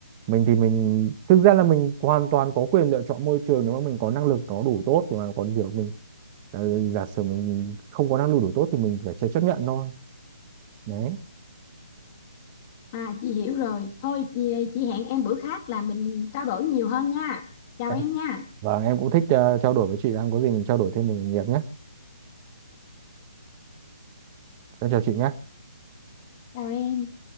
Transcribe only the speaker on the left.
à chị hiểu rồi thôi chị chị hẹn em bữa khác là mình trao đổi nhiều hơn nha chào
em nha
chào em